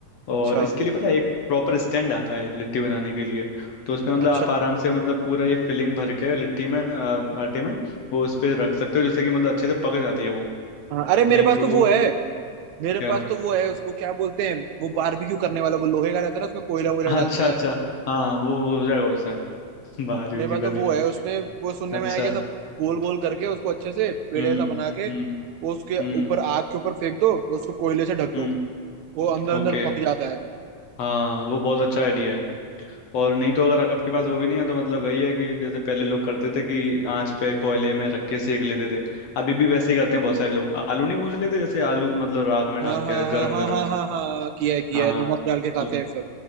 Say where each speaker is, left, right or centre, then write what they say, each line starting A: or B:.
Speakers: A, on the right (about 75°); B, on the left (about 60°).
A: अच्छा
B: और इसके लिए पता है एक प्रॉपर स्टैंड आता है लिट्टी बनाने के लिए तो उसमें मतलब
A: अच्छा
B: आप आराम से मतलब पूरा ये फिलिंग भर के लिट्टी में आ, आटे में वो उस पे रख सकते हो जैसे कि मतलब अच्छे से पक जाती है वो
A: हाँ अरे मेरे
B: नहीं
A: पास
B: तो
A: तो वो है मेरे
B: क्या
A: पास तो वो है उसको क्या बोलते हैं वो बारबेक्यू करने वाला वो लोहे का रहता है ना उसमें कोयला वोयला
B: हाँ,
A: डालते
B: अच्छा अच्छा
A: हैं
B: हाँ वो हो जाएगा उससे <laughs> बाहर
A: मेरे
B: भी क्यों
A: पास
B: करने
A: तो वो
B: का
A: है उसमें वो सुनने
B: अच्छा
A: में आया कि सब गोल गोल करके उसको अच्छे से पेड़
B: हम्म
A: ऐसा बना के
B: हम्म
A: उसके
B: हम्म
A: ऊपर आग के ऊपर फेंक दो उसको कोयले से ढक दो
B: हम्म
A: वो अंदर अंदर
B: ओके
A: पक जाता है
B: हाँ वो बहुत अच्छा आइडिया है और नहीं तो अगर आपके पास वो भी नहीं है तो मतलब वही है कि जैसे पहले लोग करते थे कि आंच पे कोयले में रख के सेक लेते थे अभी भी वैसे ही करते हैं बहुत सारे लोग आलू नहीं भूंज लेते जैसे आलू मतलब राख में
A: हाँ
B: डाल
A: हाँ
B: के गरम
A: हाँ हाँ
B: गरम
A: हाँ हाँ हाँ किया है किया
B: हाँ
A: है नमक डाल के खाते
B: तो
A: हैं फिर